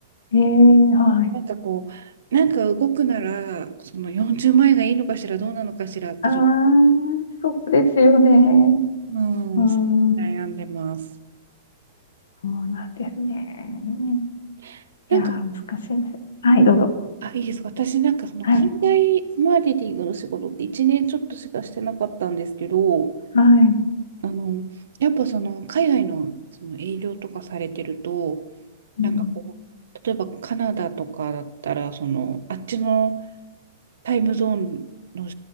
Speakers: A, on the left (about 65°); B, on the right (about 65°).
A: えー、はい。
B: なんかこう、なんか動くなら、その40円がいいのかしら、どうなのかしらって、
A: あー、
B: ちょっと、
A: そうですよね。
B: うん、
A: うーん、
B: 悩んでます。
A: そうなんですね。
B: うんなんか、
A: いやー、難しいです。はい、どうぞ。
B: あ、いいです。私なんかその海外マーケティングの仕事って1年ちょっとしかしてなかったんですけど、
A: はい。はい。
B: あの、やっぱその海外のその営業とかされてると、
A: うん
B: なんかこう、例えばカナダとかだったら、その、あっちのタイムゾーンの